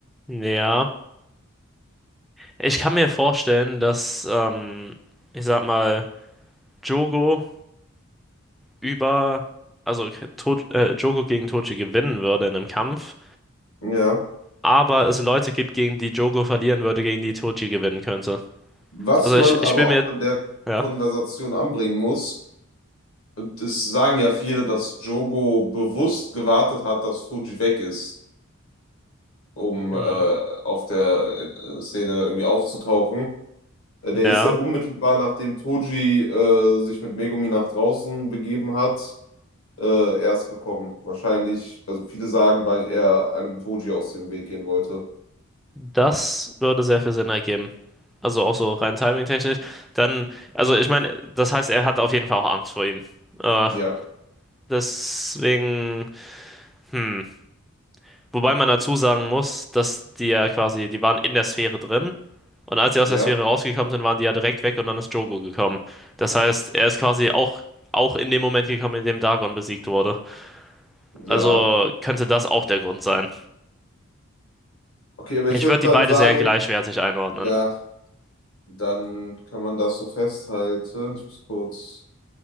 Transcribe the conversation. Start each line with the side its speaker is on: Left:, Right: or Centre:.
Centre: Ja, ich kann mir vorstellen, dass, ähm, ich sag mal, Jogo über, also to äh, Jogo gegen Toji gewinnen würde in einem Kampf,
Left: Ja.
Centre: aber es Leute gibt, gegen die Jogo verlieren würde, gegen die Toji gewinnen könnte.
Left: Was
Centre: Also
Left: man
Centre: ich,
Left: aber
Centre: ich bin mir,
Left: auch in der
Centre: ja,
Left: Konversation anbringen muss, und es sagen ja viele, dass Jogo bewusst gewartet hat, dass Fuji weg ist, um
Centre: hm,
Left: äh, auf der äh, Szene da irgendwie aufzutauchen. Äh, Der
Centre: ja.
Left: ist ja unmittelbar nachdem Toji äh, sich mit Megumi nach draußen begeben hat, äh, erst gekommen. Wahrscheinlich, also viele sagen, weil er einem Toji aus dem Weg gehen wollte.
Centre: Das würde sehr viel Sinn ergeben. Also auch so rein timingtechnisch. Dann, also ich meine, das heißt, er hat auf jeden Fall auch Angst vor ihm. Äh,
Left: Ja,
Centre: deswegen, hm. Wobei man dazu sagen muss, dass die ja quasi, die waren in der Sphäre drin. Und als sie aus
Left: ja,
Centre: der Sphäre rausgekommen sind, waren die ja direkt weg und dann ist Drogo gekommen. Das heißt, er ist quasi auch, auch in dem Moment gekommen, in dem Dagon besiegt wurde. Also
Left: ja.
Centre: könnte das auch der Grund sein.
Left: Okay, aber
Centre: Ich
Left: ich würde
Centre: würde
Left: dann
Centre: die beide
Left: sagen,
Centre: sehr gleichwertig einordnen.
Left: ja, dann kann man das so festhalten. Ich muss kurz